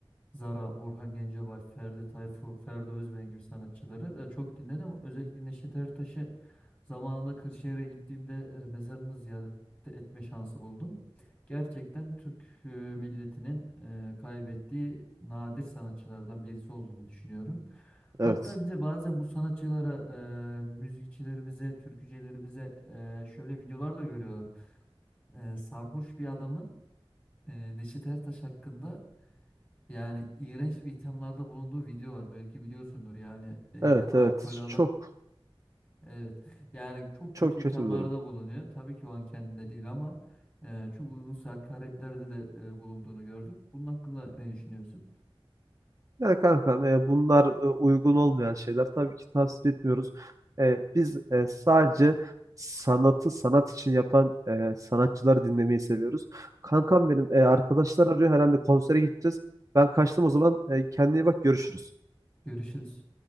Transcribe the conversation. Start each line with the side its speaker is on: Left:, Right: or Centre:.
Left: Zara, Orhan Gencebay, Ferdi Tayfur, Ferdi Özben gibi sanatçıları e, çok dinledim. Özellikle Neşet Ertaş'ı zamanında Kırşehir'e gittiğimde e, mezarını ziyaret etme şansı buldum. Gerçekten Türk e, milletinin e, kaybettiği nadir sanatçılardan birisi olduğunu düşünüyorum. Hatta
Right: Evet.
Left: bir de bazen bu sanatçılara, e, müzikçilerimize, türkücülerimize e, şöyle videolar da görüyorum. E, sarhoş bir adamın e, Neşet Ertaş hakkında yani iğrenç bir ithamlarda bulunduğu video var. Belki biliyorsundur. Yani e,
Right: Evet
Left: alkol
Right: evet.
Left: alıp
Right: Çok
Left: evet. Yani çok
Right: çok
Left: kötü ithamlarda
Right: kötü bir durum.
Left: bulunuyor. Tabii ki o an kendinde değil ama e, çok uygunsuz hakaretlerde de e, bulunduğunu gördük. Bunun hakkında ne düşünüyorsun?
Right: Yani kankam e, bunlar e, uygun olmayan şeyler. Tabii ki tavsiye etmiyoruz. E, biz e, sadece sanatı sanat için yapan e, sanatçıları dinlemeyi seviyoruz. Kankam benim e, arkadaşlar arıyor herhalde konsere gideceğiz. Ben kaçtım o zaman. E, kendine iyi bak görüşürüz.
Left: Görüşürüz.